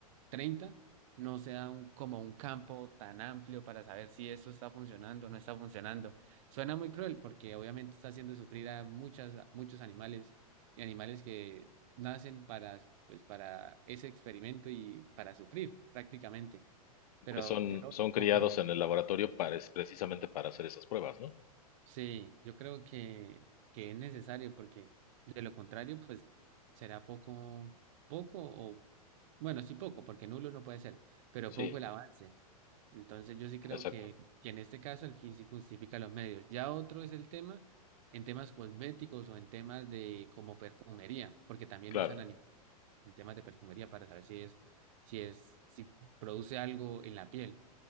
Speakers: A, on the right (about 60°); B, on the left (about 75°).
A: 30, no se da un, como un campo tan amplio para saber si eso está funcionando o no está funcionando. Suena muy cruel porque obviamente está haciendo sufrir a muchas, a muchos animales y animales que nacen para, pues, para ese experimento y para sufrir prácticamente. Pero
B: Que son,
A: yo
B: son criados
A: como
B: en el laboratorio para, es- precisamente para hacer esas pruebas, ¿no?
A: Sí, yo creo que, que es necesario porque de lo contrario, pues será poco, poco o, bueno, sí poco, porque nulo no puede ser, pero
B: Sí,
A: poco el avance. Entonces yo sí creo
B: exacto,
A: que, que en este caso el fin sí justifica los medios. Ya otro es el tema en temas cosméticos o en temas de como perfumería, porque también
B: claro,
A: usan ani- en temas de perfumería para saber si es, si es, si produce algo en la piel.